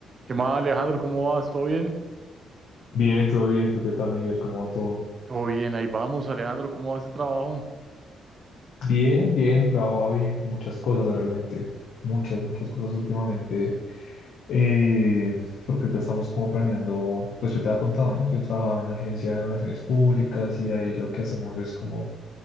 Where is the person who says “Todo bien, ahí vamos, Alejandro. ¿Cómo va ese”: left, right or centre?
Right